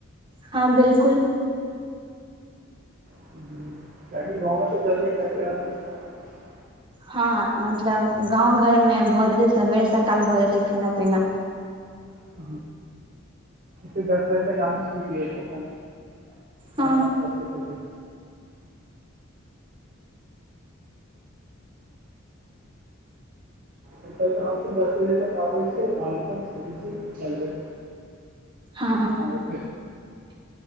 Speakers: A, on the right (about 25°); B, on the right (about 45°).
A: हँ बिल्कुल।
B: <unintelligible>
A: हँ मतलब गाँव घर में भऽ जाइ छै सबेर सकाल भऽ जाइ छै खाना पीना।
B: <inaudible> से दस बजे तक आदमी सुत रहै छै अपन। काम
A: हँ
B: ताम कऽ केँ एत तऽ हम सब दस बजे तक आबै छियै तऽ सोचै छियै की करबै
A: हऽ
B: अच्छ ठीक